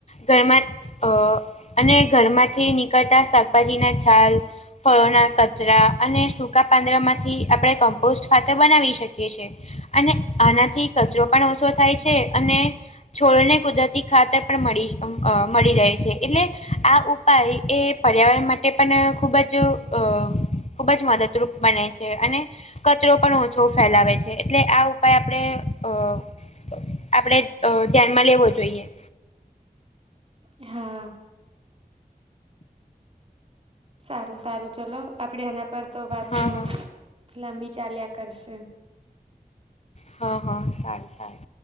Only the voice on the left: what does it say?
ઘરમાં જ અહ અને ઘરમાં થી નીકળતા શાકભાજીના છાલ ફળોના કચરા અને સૂકા પાંદડામાંથી આપણે કોમ્પોસ્ટ ખાતર બનાવી શકીએ. છીયે અને આનાથી કચરો પણ ઓછો થાય છે અને છોડને કુદરતી ખાતર પણ મળી ઉમ અહ મળી રહે છે એટલે આ ઉપાઈ એ પર્યાવરણ માટે પણ ખૂબ જ અ ખૂબ જ મદદરૂપ બને છે અને કચરો પણ ઓછો ફેલાવે છે એટલે આ ઉપાય આપણે અહ આપણેે અહ ધ્યાનમાં લેવો જોઈએ‌.
હા
હા
હ-હ સારું સારું.